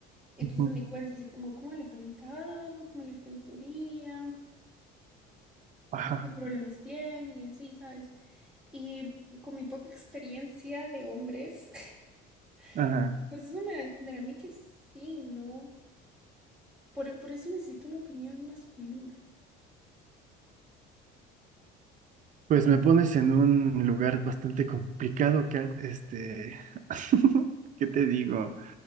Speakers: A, in the centre; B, on the right (about 40°).
A: Entonces
B: ujú.
A: me cuenta así como, ¿cómo le fue en el trabajo? ¿Cómo le fue en su día?
B: ajá,
A: ¿Qué problemas tiene? Y así, ¿sabes? Y con mi poca experiencia de hombres, <laughs>
B: ajá.
A: pues eso me da a entender a mí que sí, ¿no? Por, por eso necesito una opinión masculina.
B: Pues me pones en un lugar bastante complicado, Kat, este, <laughs> ¿qué te digo?